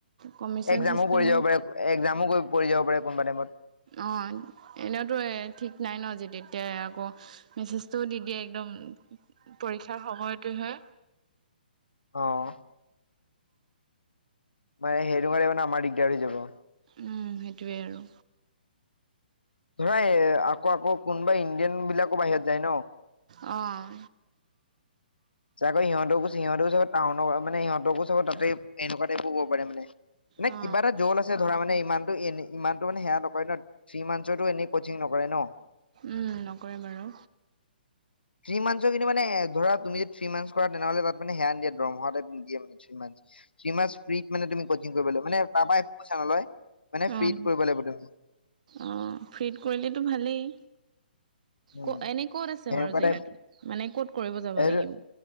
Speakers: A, on the right; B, on the left.
A: কমিশন
B: এক্সামো
A: চিষ্টেম
B: পৰি যাব পাৰে এক্সামো পৰি যাব পাৰে কোনোবা টাইমত।
A: অ', এনেওতো এ ঠিক নাই ন যে তেতিয়া আকৌ মেছেজটোও দি দিয়ে একদম পৰীক্ষাৰ সময়টোহে
B: অ', মানে সেইটোকাৰণে মানে আমাৰ দিগদাৰ হৈ যাব।
A: উম, সেইটোৱেই আৰু।
B: ধৰা আকৌ আকৌ কোনোবা ইণ্ডিয়ান বিলাকো বাহিৰত যায় ন।
A: অ',
B: চাগৈ সিহঁতকো সিহঁতকো চাগে টাউনৰ মানে, সিহঁতকো চব তাতে এনেকুৱা টাইপ ক'ব পাৰে মানে। মানে
A: অ
B: কিবা এটা জ্বল আছে ধৰা মানে ইমানতটো এনে ইমানটো মানে সেয়া নকৰে ন, থ্ৰী মন্থছৰটো এনেই কোচিং নকৰে ন'।
A: উম নকৰে বাৰু
B: থ্ৰী মন্থছৰ কিন্তু মানে ধৰা তুমি যদি থ্ৰী মান্থছ কৰা তেনেহ'লে তাত মানে সেয়া নিদিয়ে দৰমহা টাইপ নিদিয়ে। থ্ৰী মাঞ্চ ‍‍থ্ৰী মাঞ্চ ফ্ৰীত মানে তুমি কচিং কৰিব লাগিব মানে কাৰোপৰা একো পইচা নলয়। মানে ফ্ৰীত
A: অ',
B: কৰিব লাগিব তুমি
A: অ', ফ্ৰীত কৰিলেতো ভালেই।
B: উম
A: ক এনে ক'ত আছে
B: সেনেকুৱা
A: বাৰু জেগাটো
B: টাইপ
A: মানে ক'ত কৰিব যাব
B: এইটো
A: লাগিব?